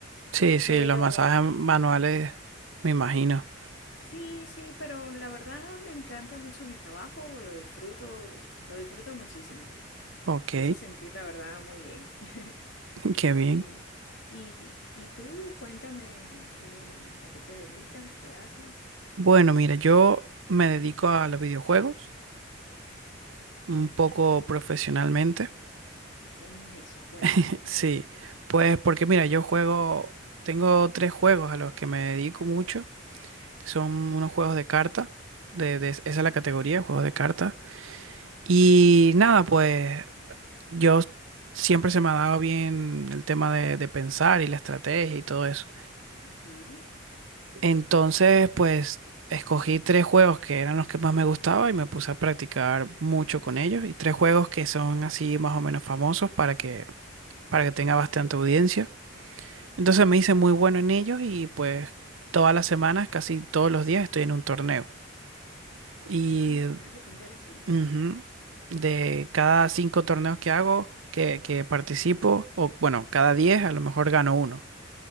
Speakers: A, on the right (about 80°); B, on the left (about 60°).
A: sí, sí,
B: Pero
A: los masajes manuales, me imagino,
B: Sí, sí, pero la verdad me encanta mucho mi trabajo, lo disfruto, lo disfruto muchísimo.
A: ok,
B: Me hace sentir la verdad muy bien. <laughs>
A: <laughs> qué
B: Sí.
A: bien.
B: Y, y tú, cuéntame a qué, a qué te dedicas, qué haces,
A: Bueno, mira, yo me dedico a los videojuegos. un poco profesionalmente.
B: cómo es eso, <laughs> cuéntame.
A: <laughs> Sí, pues porque mira, yo juego, tengo tres juegos a los que me dedico mucho, que son unos juegos de carta, de, de- esa es la categoría, juegos de carta. Y nada, pues yo siempre se me ha dado bien el tema de, de pensar y la estrategia y todo eso.
B: Ajá.
A: Entonces, pues escogí tres juegos que eran los que más me gustaba y me puse a practicar mucho con ellos. Y tres juegos que son así más o menos famosos para que para que tenga bastante audiencia. Entonces me hice muy bueno en ellos y pues todas las semanas, casi todos los días estoy en un torneo. Y
B: Ah, vale, qué interesante.
A: ujú, de cada cinco torneos que hago, que, que participo, o bueno, cada diez a lo mejor gano uno.